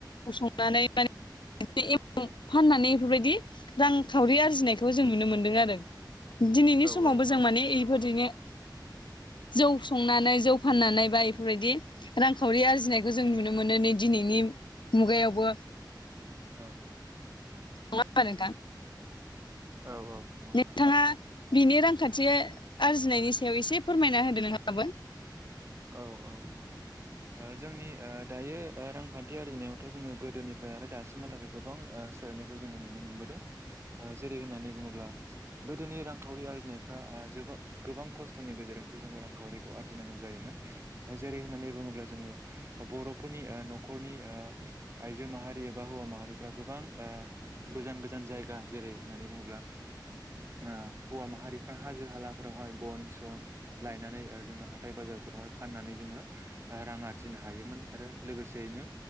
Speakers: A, on the left (about 80°); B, on the right (about 35°).
A: संनानै माने एमाव फाननानै एफोरबायदि रांखावरि आरजिनायखौ जों नुनो मोन्दों आरो । दिनैनि समावबो
B: औ
A: जों
B: औ
A: माने एफोरदिनो जौ संनानै जौ फाननानै बा इफोरबायदि रांखावरि आरजिनायखौ जों नुनो मोनो नै दिनैनि मुगायावबो
B: औ-औ
A: नंआ होमबा नोंथां?
B: औ-औ नंगौ नोंथां
A: नोंथाङा
B: ।
A: बिनि रांखान्थि आरजिनायनि सायाव एसे फोरमायना होदो <unintelligible>
B: औ-औ ओ जोंनि ओ दायो ओ रांखान्थि आरजिनायावथ' जोङो गोदोनिफ्राय आरो दासिमहालागै गोबां ओ सोलायनायखौ जोङो नुनो मोनबोदों । ओ जेरै होननानै बुङोब्ला गोदोनि रांखावरि आरजिनायफ्रा आ जोबां गोबां खस्थ'नि गेजेरजोंसो जोङो रांखावरिखौ आरजिनांगौ जायोमोन । जेरै होननानै बुङोब्ला जोङो बर'फोरनि ओ न'खरनि ओ आइजो माहारि एबा हौवा माहारिफ्रा गोबां ओ गोजान-गोजान जायगा जेरै होननानै बुङोब्ला आ हौवा माहारिफ्रा हाजो हाला फोरावहाय बन - सन लायनानै ओ जोङो हाथाय बाजारफोरावहाय फाननानै जोङो ओ रां आरजिनो हायोमोन आरो लोगोसेयैनो